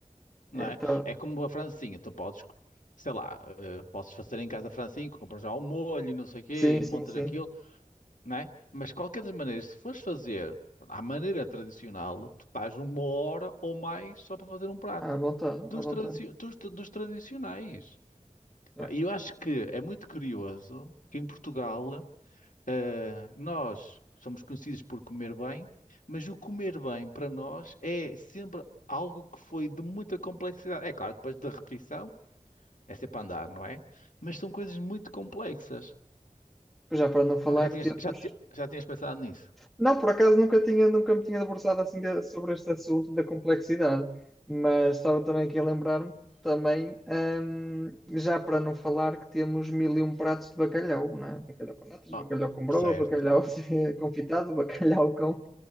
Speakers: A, on the left; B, in the centre.
A: não
B: É,
A: é?
B: tá.
A: É como a francinha. Tu podes, sei lá, eh, podes fazer em casa a francinha, compras já o molho, e não sei o quê,
B: Sim,
A: e montas
B: sim, sim,
A: aquilo não é? Mas de qualquer das maneiras, se fores fazer à maneira tradicional, tu estás uma hora ou mais só para fazer um prato
B: à vontade,
A: dos,
B: à vontade.
A: tradici- dos- dos tradicionais.
B: É.
A: Pá, E eu acho que é muito curioso que em Portugal eh, nós somos conhecidos por comer bem, mas o comer bem para nós é sempre algo que foi de muita complexidade. É claro, depois da repetição é sempre a andar, não é? Mas são coisas muito complexas.
B: Já para não falar
A: Nunca já tinhas,
B: que temos.
A: já, ti- já tinhas pensado nisso?
B: Não, por acaso nunca tinha, nunca me tinha debruçado assim de- sobre este assunto da complexidade, mas estava também aqui a lembrar-me também, hum, já para não falar que temos mil e um pratos de bacalhau, não é? Bacalhau com natas,
A: Ah,
B: bacalhau com broa,
A: certo.
B: bacalhau <laughs> confitado, bacalhau com...